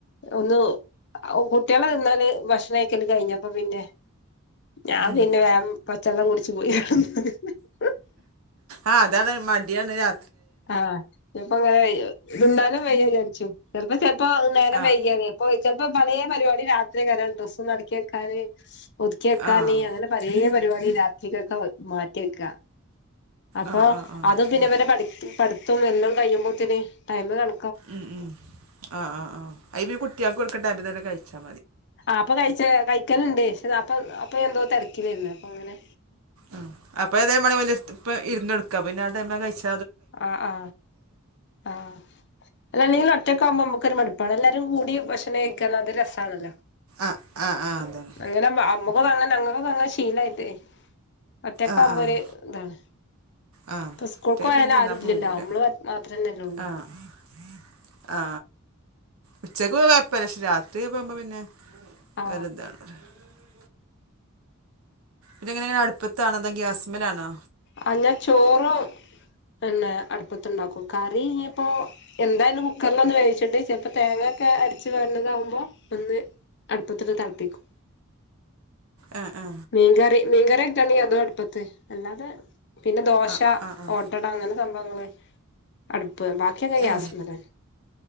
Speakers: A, on the left (about 55°); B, on the right (about 80°).
A: ഒന്ന് അ കുട്ടികളെ നിന്നാല് ഭക്ഷണം കഴിക്കല് കഴിഞ്ഞപ്പ പിന്നെ ഞാൻ
B: ഉം
A: പിന്നെ വേം പച്ചള്ളം കുടിച്ച് പോയി <unintelligible>
B: ആ അതതെ മടിയാണ് രാ
A: ആ <unintelligible> ഇങ്ങനെ ഇണ്ടാക്കാൻ വെയ്യ വിചാരിച്ചും ചെലപ്പോ ചെ ഇപ്പൊ നേരം
B: ആഹ്
A: വൈകിയാലെ അപ്പോ ചെലപ്പം പലേ പരിപാടി രാത്രിയ്ക്കാരം ഡ്രസ്സോന്നടക്കി വെക്കാന് ഒതുക്കി വെക്കാന്നേ
B: ആഹ്
A: അങ്ങനെ പലേ പരിപാടി രാത്രിക്കക്കാ മാറ്റി വെക്കാ അപ്പൊ
B: ആഹ് ആഹ് ആഹ്
A: അതും
B: ശരി
A: പിന്നെവരെ പഠി പഠിത്തോം എല്ലോം കഴിയുമ്പോത്തെന് ടൈമ് കണ
B: ഉം ഉം ആ ആ ആ അയ് <unintelligible> കുട്ട്യേക്ക്‌ കൊടുക്കണ്ട ആദ്യം തന്നെ കഴിച്ചാ
A: ആ അപ്പൊ കഴിച്ച കഴിക്കല്ണ്ട് ശെ അപ്പൊ അപ്പൊ എന്തോ തെരക്കിലേര്ന്നു അപ്പൊ അങ്ങനെ
B: ആഹ് അപ്പൊ <unintelligible> ഇരുണ്ടടക്ക പിന്നെ ആ ടെമിലാ കഴിച്ച
A: ആ ആ ആ അല്ല അല്ലെങ്കിലും ഒറ്റക്കാവുമ്പോ നമുക്കൊരു മടു ഇപ്പതെല്ലാരും കൂടി ഭക്ഷണം കഴിക്കാൻ അത് രസാണല്ലോ
B: ആഹ് ആഹ് ആഹ് അതാണ്
A: അങ്ങനെ അമ്മോകതങ്ങ ഞങ്ങക്കതങ്ങനെ ശീലായിട്ടേ ഒറ്റക്ക്‌
B: ആഹ്
A: ആവുമ്പൊരു
B: ആഹ്
A: ഇതാണ്
B: ആ
A: ഇപ്പ സ്ക്കൂ
B: ഇത്രേപ്പ
A: യാല്
B: തിന്നാ
A: ആരും
B: പോകൂല
A: ഇല്ലല്ലോ നമ്മള് മാത്രന്നല്ലേ ഉള്ളൂ
B: ആ ആ ആ ഉച്ചക്ക് കുഴപ്പല്ലക്ഷെ രാത്രി പോമ്പോ പിന്നെ
A: ആ
B: <unintelligible> ഇതിങ്ങ്ങ്ങനെ അടുപ്പത്താണോ അതോ ഗ്യാസ്മ്മെൽ ആണോ
A: ആ ഞാൻ ചോറു പിന്നെ അടുപ്പത്ത് ഉണ്ടാക്കും കറി ഇനിയിപ്പോ എന്തായാലും കുക്കറിൽ ഒന്ന് വേവിച്ചിട്ട് ചെലപ്പോ തേങ്ങ ഒക്കെ അടിച്ചു വാരണതാകുമ്പോ ഒന്ന് അടുപ്പത്തിട്ട് തെളപ്പിക്കും.
B: ആ ആ
A: മീൻകറി. മീൻകറ്യേക്കാണെങ്കി അതും അടുപ്പത്ത് അല്ലാതെ- - പിന്നെ ദോശ
B: ആ ആ ആ
A: ഓട്ടട അങ്ങനെ സംഭവങ്ങള് അടു ബാക്കിയൊക്കെ ഗ്യാസ്മ്മലാണ്.
B: ഏ